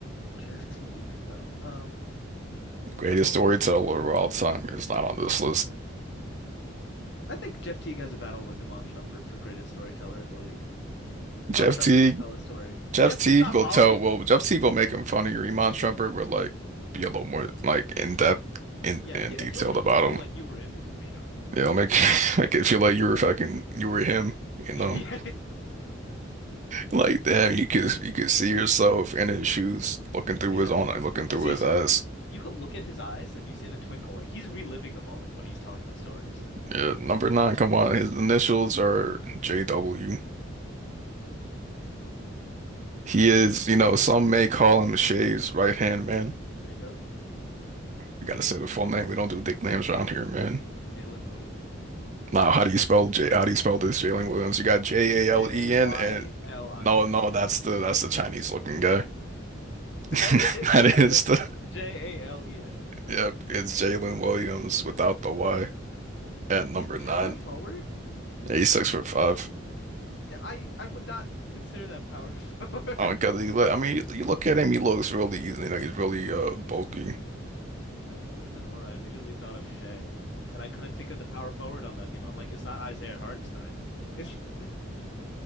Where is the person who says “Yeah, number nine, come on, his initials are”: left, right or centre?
Right